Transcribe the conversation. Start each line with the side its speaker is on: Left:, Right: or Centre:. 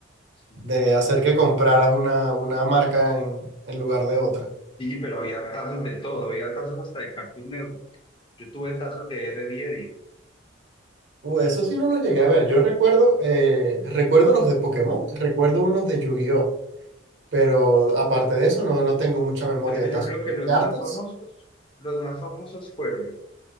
Left: Sí.
Right: de hacer que compraras una, una marca en, en lugar de otra.
Left: Sí, pero había tazos de todo, había tazos hasta de Cartoon Network. Yo tuve tazos de Ed, Eddy Eddy.
Right: Uh, eso sí no los llegué a ver. Yo recuerdo, eh, recuerdo los de Pokémon, recuerdo unos de Yu-Gi-Oh! Pero aparte de eso, no, no tengo mucha memoria
Left: Es que
Right: de tazos.
Left: yo creo que
Right: ¿De
Left: los
Right: cartas?
Left: más famosos, los más famosos fueron